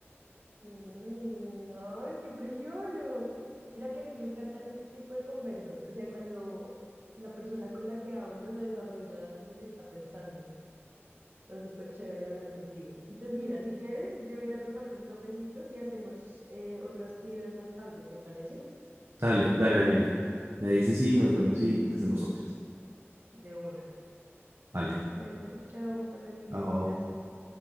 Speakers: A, on the right; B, on the right.
A: Mm, ay, qué precioso. Mira que a mí me encantan este tipo de conversas. O sea, cuando la persona con la que hablo desarrolla lo que está pensando. Está súper chévere hablar contigo. Entonces, mira, si quieres, yo voy a ir a tomarme un cafecito y hacemos eh, otras trivias más tarde, ¿te parece?
B: Dale, dale, Daniela. Me dices sí nos vemos y, y hacemos otras.
A: De una.
B: Vale.
A: Bueno, chao, pasa lindo.
B: Chao.
A: Gracias.